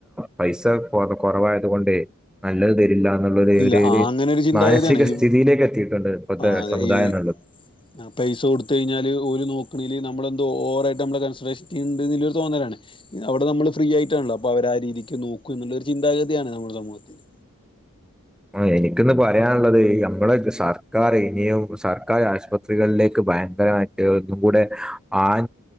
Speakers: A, in the centre; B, on the left.
A: പൈസ കൊ കൊറവായത് കൊണ്ടെ നല്ലത് തെരില്ലാന്നുള്ളൊര്
B: ഇല്ല
A: ഒര്
B: ആ അങ്ങനെ ഒരു ചിന്താഗതിയാണ്
A: മാനസിക
B: ഈ
A: സ്ഥിതിയിലേക്ക് എത്തിയിട്ടുണ്ട് ഇപ്പത്തെ
B: ആ അതെ
A: സമുദായം
B: ഈ
A: ന്ന്ള്ളത്
B: ആ പൈസ കൊട്ത്തയ്ഞ്ഞാല് ഓര് നോക്ക്‌ണേല് നമ്മളെന്തോ ഓവറായിട്ട് നമ്മളെ കൺസറേഷൻ ചെയ്യ്ന്ന്ണ്ട് ന്ന്ള്ള തോന്നലാണ് അവടെ നമ്മള് ഫ്രീയായിട്ടാൺല്ലോ അപ്പൊ അവരാ രീതിക്ക് നോക്കുംന്ന്ള്ളൊര് ചിന്താഗതിയാണ് നമ്മുടെ സമൂഹത്തിന്
A: ആ എനിക്കിന്ന് പറയാള്ളത് നമ്മളെ സർക്കാര് ഇനിയും സർക്കാർ ആശുപത്രികളിലേക്ക് ഭയങ്കരമായി കൂടെ ആ